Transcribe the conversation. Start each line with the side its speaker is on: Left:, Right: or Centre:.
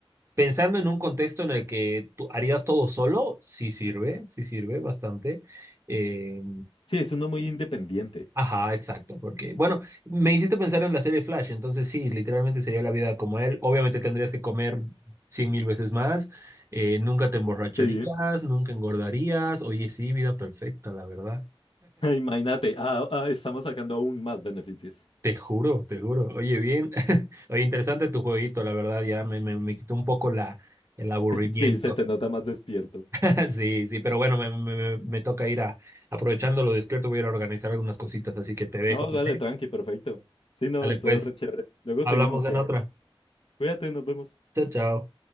Right: Pensando en un contexto en el que tú harías todo solo, sí sirve, sí sirve bastante. Eh,
Left: Sí, es uno muy independiente.
Right: ajá, exacto, porque, bueno, me hiciste pensar en la serie Flash, entonces sí, literalmente sería la vida como él. Obviamente tendrías que comer cien mil veces más, eh, nunca te emborracharías,
Left: Sí.
Right: nunca engordarías. Oye, sí, vida perfecta, la verdad.
Left: <laughs> Imagínate, ah, ah, estamos sacando aún más beneficios.
Right: Te juro, te juro. Oye, bien, <laughs> oye, interesante tu jueguito, la verdad, ya me, me, me quitó un poco la, el aburrimiento.
Left: <laughs> Sí, se te nota más despierto.
Right: <laughs> Sí, sí, pero bueno, me, me- me toca ir a, aprovechando lo despierto, voy a ir a organizar algunas cositas, así que te dejo,
Left: No, dale,
Right: ¿vale?
Left: tranqui, perfecto. Sí, no,
Right: Vale,
Left: eso
Right: pues,
Left: es re chévere. Luego
Right: hablamos
Left: seguimos
Right: en
Left: y algo.
Right: otra.
Left: Cuídate, nos vemos.
Right: Chao, chao.